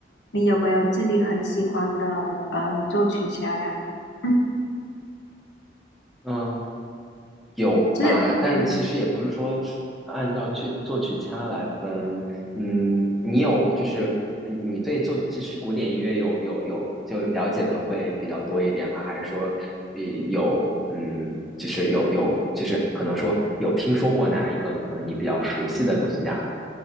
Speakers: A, on the left; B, in the centre.
A: 你有没有自己很喜欢的呃作曲家呀？<clears throat> 嗯，
B: 嗯。有吧，
A: 就是嗯
B: 但其实也不是说按照去作曲家来分，嗯，你有就是嗯你对作就是古典音乐有有有就了解的会比较多一点吗？还是说，呃，有嗯，就是有有就是可能说有听说过哪一个可能你比较熟悉的作曲家吗？